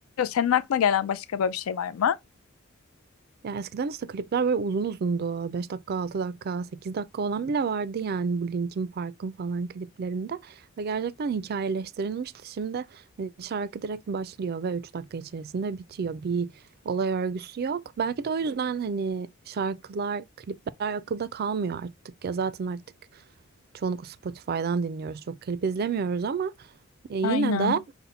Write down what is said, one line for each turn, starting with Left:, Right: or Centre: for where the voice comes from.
Left: Senin aklına gelen başka böyle bir şey var mı?
Right: Ya eskiden işte klipler böyle uzun uzundu. beş dakika, 6 dakika, 8 dakika olan bile vardı yani bu Linkin Park'ın falan kliplerinde. Ve gerçekten hikayeleştirilmişti. Şimdi hani şarkı direkt başlıyor ve 3 dakika içerisinde bitiyor. Bir olay örgüsü yok. Belki de o yüzden hani şarkılar, klipler akılda kalmıyor artık. Ya zaten artık çoğunlukla Spotify'dan dinliyoruz. Çok klip izlemiyoruz ama e, yine
Left: Aynen.
Right: de